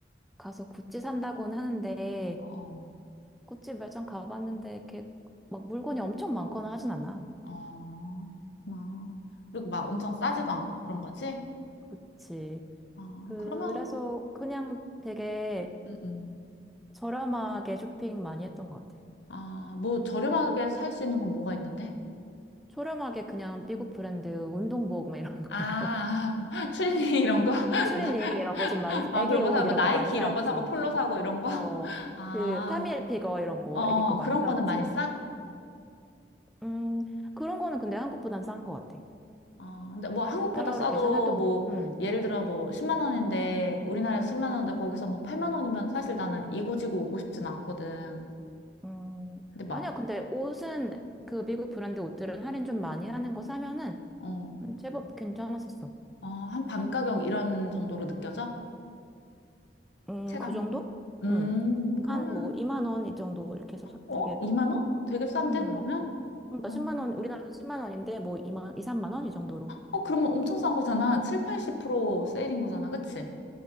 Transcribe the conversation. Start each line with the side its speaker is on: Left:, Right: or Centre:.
Centre: 가서 구찌 산다고는 하는데,
Left: 어, 어,
Centre: 구찌 매장 가봤는데, 이렇게 막 물건이 엄청 많거나 하진 않아.
Left: 어, 어, 그렇구나. 그리고 막 엄청 싸지도 않고 그런 거지?
Centre: 그치.
Left: 어,
Centre: 그래서
Left: 그러면,
Centre: 그냥 되게
Left: 음, 음.
Centre: 저렴하게 쇼핑 많이 했던 것 같아요.
Left: 아, 뭐 저렴하게 살 수 있는 건 뭐가 있는데?
Centre: 저렴하게 그냥 미국 브랜드 운동복 막 이런 거.
Left: 아,
Centre: <laughs>
Left: 아, 추리닝 이런 거?
Centre: 그런
Left: <laughs>
Centre: 추리닝
Left: 나-
Centre: 이런 거 좀 많이 사,
Left: 아,
Centre: 애기
Left: 그런
Centre: 옷
Left: 거 사, 뭐
Centre: 이런
Left: 나이키
Centre: 거 많이 사왔지.
Left: 이런 거 사고 폴로 사고 이런 거?
Centre: 어,
Left: <laughs> 아,
Centre: 그 타미엘피거 이런 거
Left: 어, 어,
Centre: 애기 거 많이
Left: 그런
Centre: 사왔지.
Left: 거는 많이 싸?
Centre: 음, 그런 거는 근데 한국보단 싼 것 같아.
Left: 어, 근데 뭐 한국보다
Centre: 달러로
Left: 싸도
Centre: 계산해도,
Left: 뭐
Centre: 음,
Left: 예를 들어 뭐 10만 원인데 우리나라에서 10만 원인데 거기서 뭐 8만 원이면 사실 나는 이고지고 오고 싶진 않거든.
Centre: 음,
Left: 근데 막,
Centre: 아니야. 근데 옷은 그 미국 브랜드 옷들은 할인 좀 많이 하는 거 사면은
Left: 어,
Centre: 음, 제법 괜찮았었어.
Left: 어, 한 반 가격 이런 정도로 느껴져?
Centre: 음,
Left: 체감?
Centre: 그 정도?
Left: 음,
Centre: 응.
Left: 그러면,
Centre: 한 뭐 2만 원 이 정도 이렇게 해서 사-
Left: 어?
Centre: 되게
Left: 2만 원? 되게 싼데
Centre: 음.
Left: 그러면?
Centre: 그러니까
Left: 어.
Centre: 만원 우리나라에서 10만 원인데 뭐 2만 이 3만 원 이 정도로.
Left: 어, 그러면 엄청 싼 거잖아. 7, 80% 세일인 거잖아. 그치?